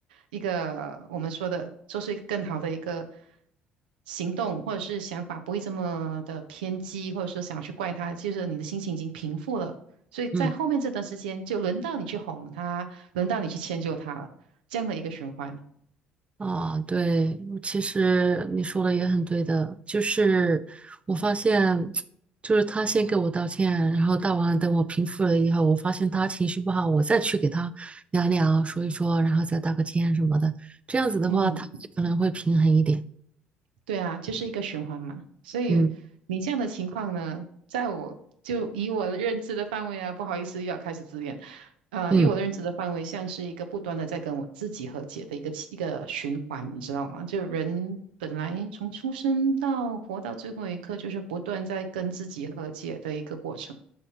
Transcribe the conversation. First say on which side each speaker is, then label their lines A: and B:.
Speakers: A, on the right; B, on the right.
A: 一个我们说的，做出一个更好的一个行动或者是想法，不会这么的偏激，或者说想要去怪他，就是你的心情已经平复了，所以在后面这段时间，
B: 嗯。
A: 就轮到你去哄他，轮到你去迁就他了，这样的一个循环。
B: 啊，对，其实你说的也很对的，就是我发现，就是他先给我道歉，然后道完了等我平复了以后，我发现他情绪不好，我再去给他聊聊，说一说，然后再道个歉什么的，这样子的话，
A: 嗯。
B: 他可能会平衡一点。
A: 对啊，就是一个循环嘛。所以你这样的情况呢，
B: 嗯
A: 在我就以我的认知的范围啊，不好意思，又要开始自恋。呃，
B: 嗯。
A: 以我的认知的范围，像是一个不断的在跟我自己和解的一个一个循环，你知道吗？就人本来从出生到活到最后一刻，就是不断在跟自己和解的一个过程。